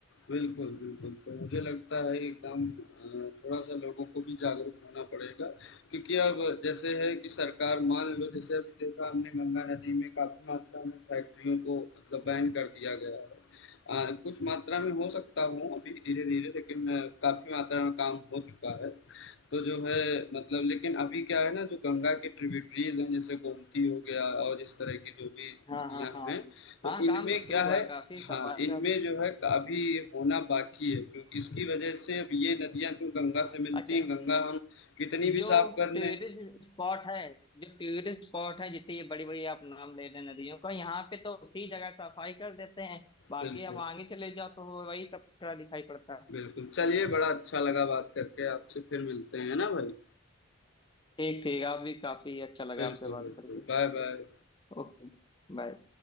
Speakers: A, on the left; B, on the left.
A: बिल्कुल, बिल्कुल। तो मुझे लगता है एकदम अ, थोड़ा-सा लोगों को भी जागरूक होना पड़ेगा क्योंकि अब जैसे है कि सरकार मान लो जैसे अभी देखा हमने गंगा नदी में काफ़ी मात्रा में फैक्ट्रियों को मतलब बैन कर दिया गया है। अ, कुछ मात्रा में हो सकता हो अभी धीरे-धीरे लेकिन काफ़ी मात्रा में काम हो चुका है। तो जो है मतलब लेकिन अभी क्या है ना जो गंगा के ट्रिब्यूटरीज हैं जैसे गोमती हो गया और इस तरह की जो भी
B: हाँ
A: नदियां
B: हाँ हाँ
A: हैं तो
B: हाँ काम
A: इनमें
B: तो शुरू
A: क्या
B: हुआ
A: है
B: है काफी सफाई
A: हाँ इनमें
B: का
A: जो है अभी ये होना बाकी है क्योंकि इसकी वजह से अब ये नदियां जो गंगा से मिलती
B: अच्छा
A: हैं गंगा हम कितनी भी
B: जो
A: साफ कर
B: टूरिस्ट
A: लें
B: स्पॉट है जो टूरिस्ट स्पॉट है जितनी ये बड़ी बड़ी आप नाम ले रहे हैं नदियों का यहाँ पे तो उसी जगह सफाई कर देते हैं बाकी
A: बिल्कुल
B: आप आगे चले जाओ तो वही सब खड़ा दिखाई पड़ता है
A: बिल्कुल चलिए बड़ा अच्छा लगा बात करके आपसे फिर मिलते हैं ना भाई
B: ठीक ठीक आप भी काफी अच्छा लगा
A: बिल्कुल
B: आपसे
A: बिल्कुल
B: बात करके
A: बाय बाय
B: ओके बाय